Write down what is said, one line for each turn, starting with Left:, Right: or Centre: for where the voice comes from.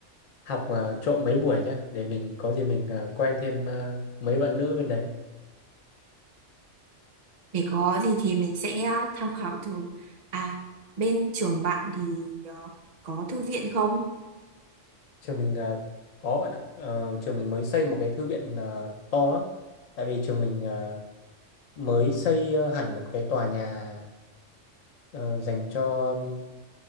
Left: học ờ, trộm mấy buổi nhá để mình có gì mình ờ, quen thêm ờ, mấy bạn nữ bên đấy
Right: Để có gì thì mình sẽ ờ, tham khảo thử. À, bên trường bạn thì ờ, có thư viện không?
Left: trường mình ờ, có bạn ạ Ờ, trường mình mới xây một cái thư viện ờ, to lắm tại vì trường mình ờ, mới xây ờ, hẳn một cái tòa nhà ờ, dành cho um,